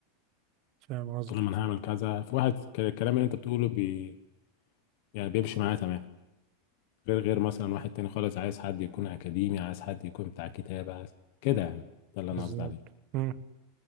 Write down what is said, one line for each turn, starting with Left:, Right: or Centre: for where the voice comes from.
Right: فاهم قصدك
Left: تقول لهم انا هعمل كذا في واحد ك- الكلام اللي انت بتقوله بي يعني بيمشي معاه تمام غير غير مثلا واحد تاني خالص عايز حد يكون اكاديمي عايز حد يكون بتاع كتابة عايز كده يعني ده اللي
Right: بالظبط
Left: انا قصدي عليه
Right: امم